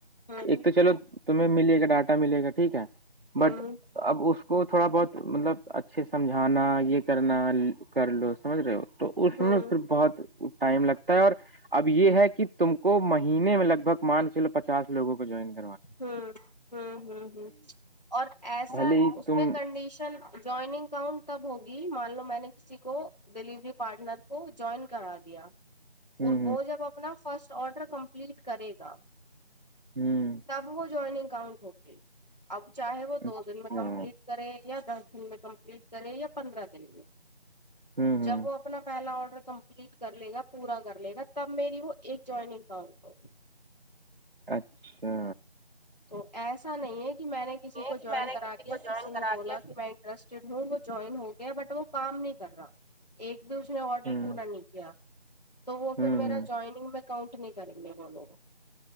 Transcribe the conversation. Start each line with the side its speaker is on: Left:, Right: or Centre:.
Left: ہوں
Right: ایک تو چلو تمہیں ملے گا ڈاٹا ملے گا ٹھیک ہے
Left: ہوں
Right: بٹ اب اس کو تھوڑا بہت مطلب اچھے سمجھانا یہ کرنا کر لو سمجھ رہے ہو تو اس
Left: ہوں
Right: میں پھر بہت ٹائم لگتا ہے اور اب یہ ہے کہ تم کو مہینے میں لگ بھگ مان کےلو پچاس لوگوں کو جوائن کیا
Left: ہاں ہوں ہوں ہ <inaudible> اور ایسا
Right: بھلے ہی
Left: اس
Right: تم
Left: میں کنڈیشن جوائننگ اسکاؤنٹ تب ہوگی مان لو میں نے کسی کو ڈیلیوری پارٹنر کو جوائن کرا دیا
Right: ہوں
Left: وہ جب اپنا فرسٹ آڈر کمپلیٹ کرے گا
Right: ہوں
Left: تب وہ جوائنگ کاؤنٹ ہوتی اب چاہے وہ دو
Right: اچھا
Left: دن میں کمپلیٹ کرے یا دس دن میں کمپلیٹ کرے یا پندرہ دن میں
Right: ہوں ہوں
Left: جب وہ اپنا پہلا آڈر کم لیٹ کر لے گا پورا کر لے گا تب میری وہ ایک جوائن اکاؤنٹ ہو
Right: اچھا
Left: تو ایسا نہیں ہے کہ میں نے کسی
Right: یہ
Left: کو
Right: کہ
Left: جوائن
Right: میں
Left: کرا
Right: نے
Left: دیا
Right: کو جوائن
Left: کسی نے
Right: کرا
Left: بولا
Right: دیا
Left: کہ میں انٹرسٹ ہوں وہ جوائن ہو گیا بٹ وہ کام نہیں کر رہا ایک بھی اس نے آرڈر
Right: ہوں
Left: پورا نہیں کیا تو وہ
Right: ہوں
Left: پھر میرا
Right: ہ
Left: جوائننگ میں کاؤنٹ نہیں کریں گے وہ لوگ